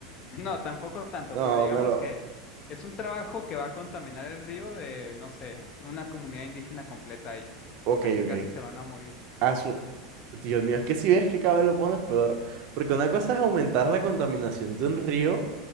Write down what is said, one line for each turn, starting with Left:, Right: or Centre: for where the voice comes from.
Left: No, tampoco tanto,
Right: No,
Left: pero digamos
Right: me lo...
Left: que es un trabajo que va a contaminar el río de, no sé, una comunidad indígena completa y, y
Right: Ok,
Left: casi
Right: ok.
Left: casi se van a morir.
Right: A su... Dios mío, es que si ves que cada vez lo pones peor, porque una cosa es aumentar la contaminación de un río.